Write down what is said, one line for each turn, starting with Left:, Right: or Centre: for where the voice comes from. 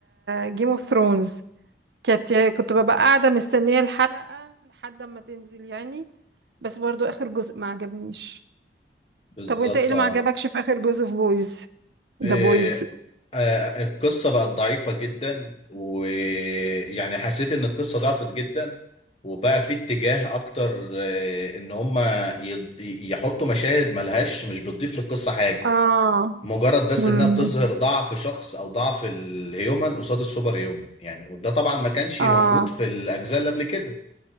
Right: جيم اوف ثرونز كانت كنت ببقى قاعدة مستنية الحلقة لحد ما تنزل يعني بس برضو آخر جزء ما عجبنيش
Left: بالظبط
Right: طب وانت ايه اللي
Left: اه
Right: ما عجبكش في آخر جزء في بويز ده
Left: آه،
Right: بويز
Left: آه، القصة بقت ضعيفة جدا ويعني حسيت ان القصة ضعفت جدا وبقى في اتجاه اكتر آه، ان هما يض- يحطوا مشاهد ملهاش مش بتضيف للقصة حاجة
Right: اه
Left: مجرد بس
Right: مم.
Left: انها بتظهر ضعف شخص او ضعف الهيومن قصاد السوبر هيومن يعني وده طبعا ما كانش موجود
Right: اه
Left: في الاجزاء اللي قبل كده